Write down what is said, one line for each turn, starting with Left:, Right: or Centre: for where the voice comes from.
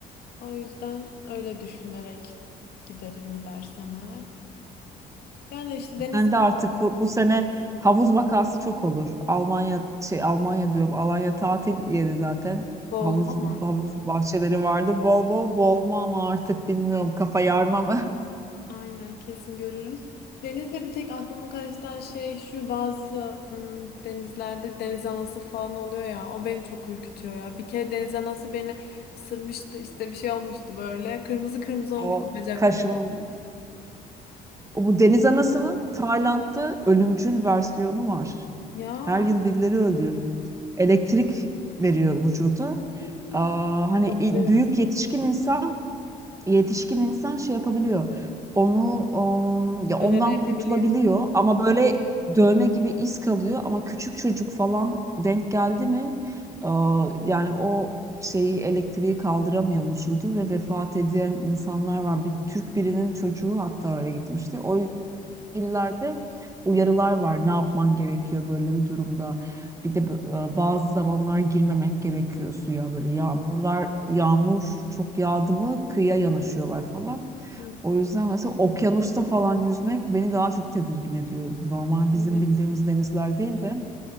Left: O yüzden öyle düşünerek giderim gidersem eğer. Yani işte denizi
Right: Ben de artık bu, bu sene havuz vakası çok olur. Almanya şey Almanya diyorum. Alanya tatil yeri zaten.
Left: boğuldum
Right: Havuz
Left: ama.
Right: havuz bahçeleri vardı. Bol bol boğulma ama artık bilmiyorum kafa yarma mı?
Left: Aynen kesin görürüz. Denizde bir tek aklımı karıştıran şey şu bazı ım, denizlerde deniz anası falan oluyor ya o beni çok ürkütüyor ya. Bir kere deniz anası beni ısırmıştı işte bir şey olmuştu böyle kırmızı kırmızı
Right: <laughs> O
Left: olmuştu bacakları.
Right: kaşın O bu deniz anasının Tayland'da ölümcül versiyonu var.
Left: Ya
Right: Her yıl birileri öldürüyor. Elektrik veriyor vücuda.
Left: hmm.
Right: Aa, hani
Left: yokluyor
Right: i- büyük
Left: resmen.
Right: yetişkin insan yetişkin insan şey yapabiliyor. Onu o, ya
Left: Tolere
Right: ondan
Left: edebiliyor.
Right: kurtulabiliyor ama böyle dövme gibi iz kalıyor ama küçük çocuk falan denk geldi mi aa, yani o şeyi elektriği kaldıramıyor vücudu ve vefat eden insanlar var. Bir Türk birinin çocuğu hatta öyle gitmişti. O illerde uyarılar var. Ne yapman gerekiyor böyle bir durumda? Bir de bö- e, bazı zamanlar girmemek gerekiyor suya böyle yağmurlar yağmur çok yağdı mı kıyıya yanaşıyorlar falan.
Left: Hı,
Right: O yüzden mesela okyanusta falan yüzmek beni daha çok tedirgin ediyor. Normal bizim
Left: evet.
Right: bildiğimiz denizler değil de